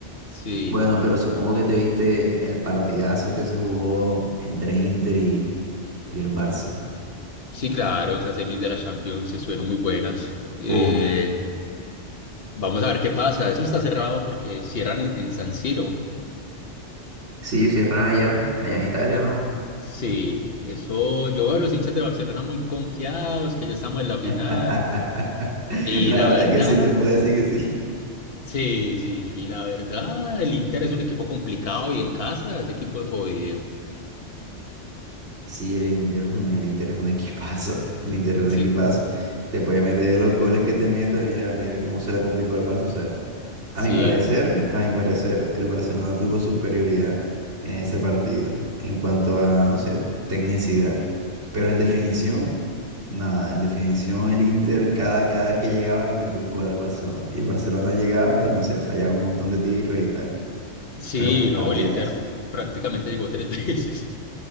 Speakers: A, on the left (about 55°); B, on the right (about 75°).
A: sí,
B: Bueno, pero supongo que te viste el partidazo que se jugó entre Inter y, y el Barça.
A: sí, claro, esas semis de la Champions estuvieron muy buenas. Eh,
B: Uf,
A: vamos a ver qué pasa, eso está cerrado porque cierran en, en San Siro.
B: sí, cierran allá, allá en Italia,
A: cierto
B: ¿no?
A: Sí, eso yo veo a los hinchas de Barcelona muy confiados, que ya estamos en
B: <laughs>
A: la final.
B: La
A: Y la
B: verdad
A: verdad,
B: es que sí, te puedo decir que sí.
A: sí, sí, y la verdad, el Inter es un equipo complicado y en casa ese equipo es jodido.
B: Sí, el Inter, mm, el Inter es un <laughs> equipazo, el Inter es un
A: Sí,
B: equipazo. Te puede meter los goles que te meta, mira, mira cómo se la complicó al Barça. O sea, a
A: sí,
B: mi parecer, a mi parecer, el Barcelona tuvo superioridad en ese partido en cuanto a, no sé, tecnicidad. Pero en definición, nada, en definición el Inter cada, cada vez que llegaba le metía un gol al Barcelona. Y el Barcelona llegaba y, no sé, fallaba un montón de tiros y tal.
A: sí,
B: Pero fue un partidazo.
A: no, el Inter prácticamente llegó tres <laughs> veces